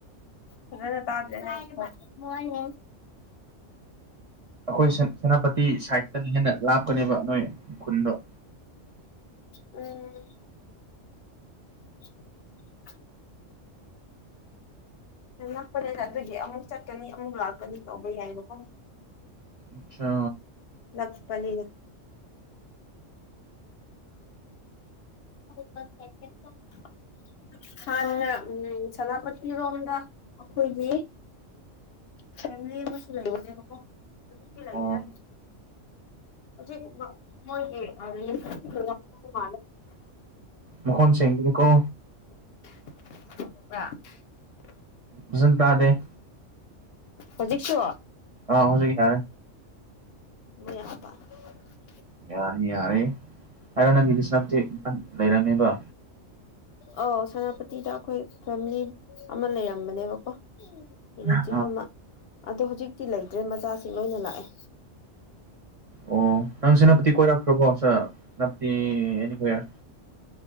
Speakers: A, on the left; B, on the right.
A: ꯐꯖꯥ ꯇꯥꯗꯔꯦ ꯉꯒꯤ ꯕꯣꯏꯁꯇꯨ꯫
B: ꯑꯩꯈꯣꯏ ꯁꯦꯅꯥꯄꯇꯤ ꯁꯥꯏꯠꯇꯅ ꯍꯦꯟꯅ ꯂꯥꯞꯀꯅꯦꯕ ꯅꯣꯏ꯫ ꯈꯨꯟꯗ꯫
A: ꯎꯝ꯫ <inaudible> ꯅꯛꯄꯅꯤꯅ ꯑꯗꯨꯒꯤ ꯑꯃꯨꯛ ꯆꯠꯀꯅꯤ ꯑꯃꯨꯛ ꯂꯥꯛꯀꯅꯤ ꯇꯧꯕ ꯌꯥꯏꯕꯀꯣ꯫
B: ꯑꯆꯥ
A: ꯅꯛꯄꯅꯤꯅ꯫ <unintelligible> ꯍꯥꯟꯅ ꯎꯝ ꯁꯦꯅꯥꯄꯇꯤꯔꯣꯝꯗ ꯑꯩꯈꯣꯏꯒꯤ꯫ ꯐꯦꯝꯂꯤ ꯑꯃꯁꯨ ꯂꯩꯕꯅꯦꯕꯀꯣ ꯍꯧꯖꯤꯛꯇꯤ ꯂꯩꯇꯔꯦ꯫
B: ꯑꯣ
A: ꯍꯧꯖꯤꯛ ꯃꯣꯏꯒꯤ꯫ <unintelligible>
B: ꯃꯣꯈꯣꯟꯁꯦꯡꯗꯔꯦꯀꯣ꯫
A: <unintelligible>
B: ꯐꯥꯖꯟ ꯇꯥꯗꯦ꯫
A: ꯍꯧꯖꯤꯛꯁꯨ꯫
B: ꯑꯥ ꯍꯧꯖꯤꯛꯇꯤ ꯇꯔꯦ꯫
A: <unintelligible>
B: ꯌꯥꯅꯤ ꯌꯥꯔꯦ ꯍꯥꯏꯔꯣ ꯅꯪꯒꯤ ꯁꯤꯅꯄꯇꯤ ꯂꯩꯔꯝꯃꯦꯕ꯫
A: ꯑꯥꯎ ꯁꯦꯅꯥꯄꯇꯤꯗ ꯑꯩꯈꯣꯏ ꯐꯦꯃꯤꯂꯤ ꯑꯃ ꯂꯩꯔꯝꯕꯅꯦꯕꯀꯣ꯫ ꯔꯤꯂꯦꯇꯤꯞ
B: ꯑꯥ
A: ꯑꯃꯥ꯫ ꯑꯗꯣ ꯍꯧꯖꯤꯛꯇꯤ ꯂꯩꯇ꯭ꯔꯦ ꯃꯆꯥꯁꯤ ꯂꯣꯏꯅ ꯂꯥꯛꯑꯦ꯫
B: ꯑꯣ ꯅꯪ ꯁꯦꯅꯥꯄꯇꯤ ꯀꯣꯏꯔꯛꯈ꯭ꯔꯕꯣ ꯁꯦꯅꯥꯄꯇꯤ ꯑꯦ ꯋꯦꯌꯔ꯫